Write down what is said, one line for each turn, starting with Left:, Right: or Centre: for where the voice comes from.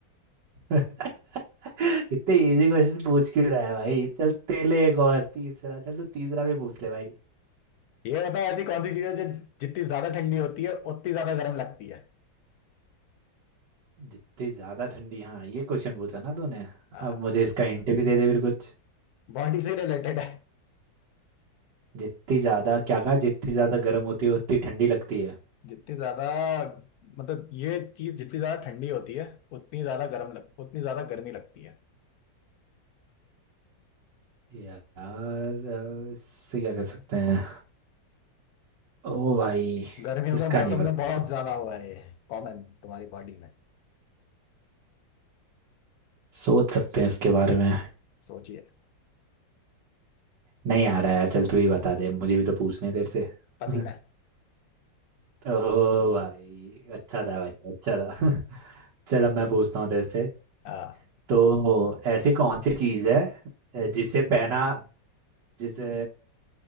Right: <laughs> इतने इजी क्वेश्चन पूछ क्यों रहा है भाई चल तेले एक और तीसरा चल तू तीसरा भी पूछ ले भाई
Left: ये बता ऐसी कौन सी चीज है जो जितनी ज्यादा ठंडी होती है उतनी ज्यादा गर्म लगती है
Right: जितनी ज्यादा ठंडी हाँ ये क्वेश्चन पूछा ना तूने
Left: हाँ
Right: अब मुझे इसका हिंट भी दे दे फिर कुछ
Left: बॉडी से रिलेटेड है
Right: जितनी ज्यादा क्या कहा जितनी ज्यादा गर्म होती है उतनी ठंडी लगती है
Left: जितनी ज्यादा मतलब ये चीज जितनी ज्यादा ठंडी होती है उतनी ज्यादा गर्म लग उतनी ज्यादा गर्मी लगती है
Right: यार अ, इससे क्या कह सकते हैं ओ भाई
Left: गर्मियों
Right: इसका
Left: के मौसम
Right: नहीं पता
Left: में बहुत ज्यादा हुआ है ये कॉमन तुम्हारी बॉडी में
Right: सोच सकते हैं इसके बारे में
Left: सोचिए
Right: नहीं आ रहा यार चल तू ही बता दे मुझे भी तो पूछने हैं तेरे से
Left: पसीना
Right: <laughs> ओह भाई अच्छा था भाई अच्छा था <laughs> चलो मैं पूछता हूँ तेरे से
Left: हाँ
Right: तो ऐसी कौन सी चीज़ है अ, जिसे पहना जिसे